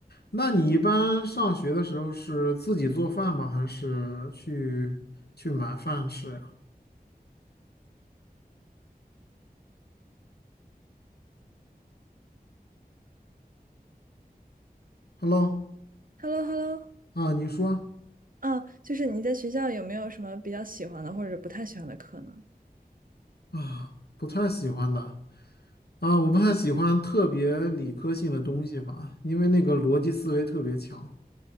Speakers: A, on the left (about 80°); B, on the right (about 60°).
A: 那你一般上学的时候是自己做饭吗？还是去去买饭吃呀？Hello，
B: h e l l o h e l l o
A: 啊，你说
B: 啊，就是你在学校有没有什么比较喜欢的或者不太喜欢的课呢？
A: 啊，不太喜欢的啊，我不太喜欢特别理科性的东西吧，因为那个逻辑思维特别强，